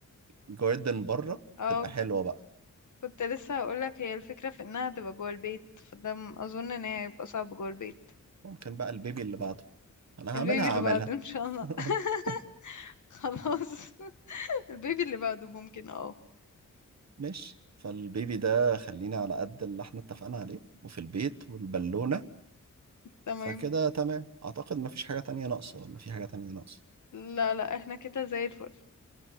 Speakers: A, on the right; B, on the left.
A: جاردن بره
B: اه
A: تبقى حلوة بقى
B: كنت لسه هقولك هي الفكرة في انها تبقى جوه البيت فده م- اظن ان هي هيبقى صعب جوه البيت
A: ممكن بقى البيبي اللي بعده انا
B: البيبي
A: هعملها
B: اللي
A: هعملها
B: بعده ان شاء الله
A: <laughs>
B: <laughs> خلاص <laughs> البيبي اللي بعده ممكن اه
A: ماشي فالبيبي ده خلينا على قد اللي احنا اتفقنا عليه وفي البيت والبالونة
B: تمام
A: فكده تمام اعتقد مفيش حاجة تانية ناقصة ولا في حاجة تانية ناقصة
B: لا لا احنا كده زي الفل